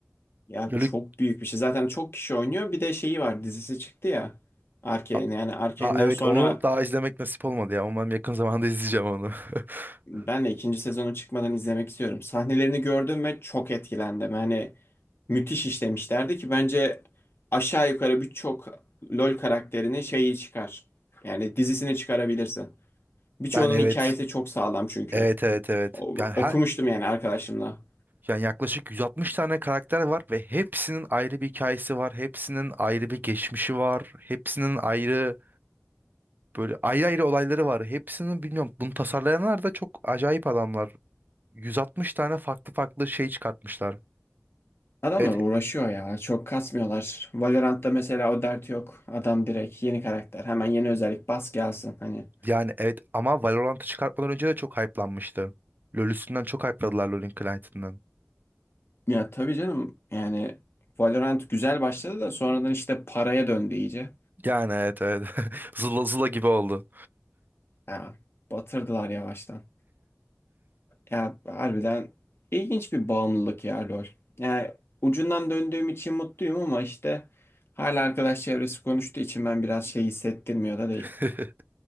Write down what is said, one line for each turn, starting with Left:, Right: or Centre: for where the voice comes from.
Left: Ya
Right: LoL'ü
Left: çok büyük bir şey. Zaten çok kişi oynuyor. Bir de şeyi var dizisi çıktı ya. Arcane.
Right: A-
Left: Yani Arcane'den
Right: Aa, evet
Left: sonra
Right: onu daha izlemek nasip olmadı ya. Umarım yakın zamanda izleyeceğim onu. <laughs>
Left: ben de ikinci sezonu çıkmadan izlemek istiyorum. Sahnelerini gördüm ve çok etkilendim. Hani müthiş işlemişlerdi ki bence aşağı yukarı birçok LoL karakterini şeyi çıkar. Yani dizisini çıkarabilirsin. Birçoğunun
Right: Yani evet.
Left: hikayesi çok sağlam çünkü.
Right: Evet evet evet.
Left: O-
Right: Yani her
Left: Okumuştum yani arkadaşımla.
Right: yani yaklaşık 160 tane karakter var ve hepsinin ayrı bir hikayesi var. Hepsinin ayrı bir geçmişi var. Hepsinin ayrı böyle ayrı ayrı olayları var. Hepsinin bilmiyorum bunu tasarlayanlar da çok acayip adamlar. 160 tane farklı farklı şey çıkartmışlar.
Left: Adamlar
Right: Evet
Left: uğraşıyor ya. Çok kasmıyorlar. Valorant'ta mesela o dert yok. Adam direkt yeni karakter. Hemen yeni özellik bas gelsin. Hani
Right: yani evet ama Valorant'ı çıkartmadan önce de çok hype'lanmıştı. LoL üstünden çok hype'ladılar LoL'ün client'ından.
Left: ya tabii canım yani Valorant güzel başladı da sonradan işte paraya döndü iyice.
Right: Yani evet evet. <laughs> Zula zula gibi oldu.
Left: Ya batırdılar yavaştan. Ya harbiden ilginç bir bağımlılık ya LoL. Yani ucundan döndüğüm için mutluyum ama işte hala arkadaş çevresi konuştuğu için ben biraz şey hissettirmiyor da
Right: <laughs>
Left: değil.